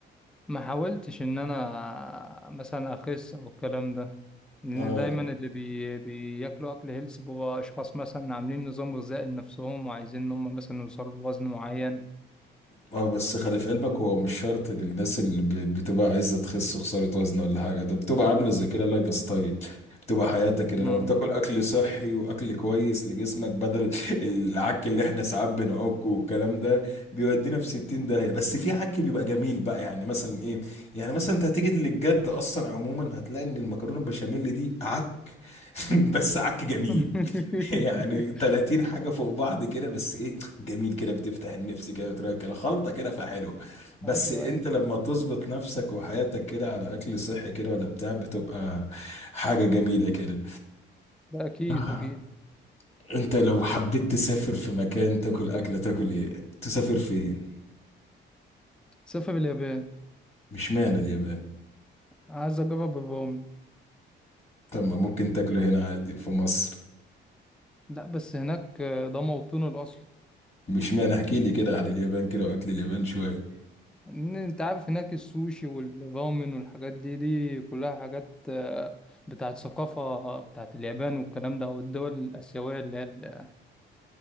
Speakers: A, in the centre; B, on the left (about 30°).
A: ما حاولتش إن أنا مثلا أخس أو الكلام ده لأن
B: آه.
A: دايما اللي بي... بياكلوا أكل هيلث بيبقوا أشخاص مثلا عاملين نظام غذائي لنفسهم وعايزين إن هم مثلا يوصلوا لوزن معين
B: اه بس خلي في علمك هو مش شرط للناس اللي ب- بتبقى عايزه تخس وخساره وزن ولا حاجه ده بتبقى عامله زي كده لايف ستايل بتبقى حياتك كده
A: مم.
B: لما بتاكل اكل صحي واكل كويس لجسمك بدل العك اللي احنا ساعات بنعكه والكلام ده بيودينا في 60 داهيه بس في عك بيبقى جميل بقى يعني مثلا ايه يعني مثلا انت هتيجي للجد اصلا عموما هتلاقي ان المكرونه البشاميل دي <laughs> بس عك جميل
A: <laughs>
B: يعني 30 حاجة فوق بعض كده بس ايه جميل كده بتفتح النفس كده بتراك كده خلطة كده فحلوة بس
A: أيوه
B: انت
A: أيوه
B: لما تظبط نفسك وحياتك كده على اكل صحي كده ولا بتاع بتبقى حاجة جميلة كده
A: ده أكيد
B: آه،
A: أكيد
B: انت لو حبيت تسافر في مكان تاكل اكلة تاكل ايه تسافر فين
A: سافر اليابان
B: مش معنى اليابان
A: عايز أجرب الرومن
B: طب ما ممكن تاكله هنا عادي في مصر
A: لا بس هناك آه، ده موطنه الأصلي
B: مش معنى احكي لي كده عن اليابان كده واكل اليابان شوية
A: إن أنت عارف هناك السوشي والرامن والحاجات دي دي كلها حاجات آه، بتاعت ثقافة بتاعت اليابان والكلام ده والدول الآسيوية اللي هي